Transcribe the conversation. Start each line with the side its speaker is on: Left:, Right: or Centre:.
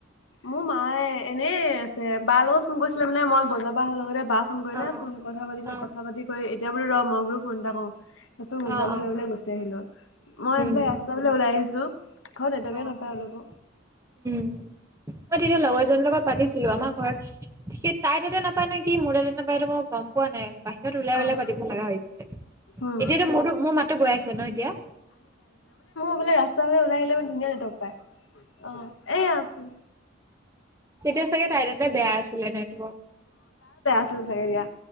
Left: মোৰ মায়ে এনে আছে বা লগত ফোন কৰিছিলে মানে মই বজাৰ পৰা অহা লগতে বা ফোন কৰিলে
Right: অ
Left: ফোন কথা পাতিলে
Right: অ
Left: কথা পাতি কৰি এতিয়া বোলো ৰ'হ মই বোলো ফোন এটা কৰো। তাৰপিছত মোবাইলতো
Right: অ অ
Left: লৈ পেলাই গুচি আহিলো। মই
Right: উম
Left: এইফালে ৰাস্তা ফালে ওলাই আহিছো। ঘৰত নেটৱৰ্কে
Right: অ',
Left: নাপায়
Right: অ',
Left: অলপো।
Right: উম। মই তেতিয়া লগৰ এজনীৰ লগত পাতিছিলো, আমাৰ ঘৰত কি তাই তাতে নাপায় নে কি মোৰ তাতে নাপায়তো মই গম পোৱা নাই বাহিৰত ওলাই
Left: অ',
Right: ওলাই পাতিব লগা হৈছে।
Left: উম,
Right: এতিয়াতো মোৰতো মোৰ মাতো গৈ আছে ন এতিয়া?
Left: বোলে ৰাস্তাফালে ওলাই আহিলে মানে ধুনীয়া নেটৱৰ্ক পায়। অ' এইয়া
Right: তেতিয়া চাগে তাই তাতে বেয়া আছিলে নাই তোৰ?
Left: থাকে দিয়া।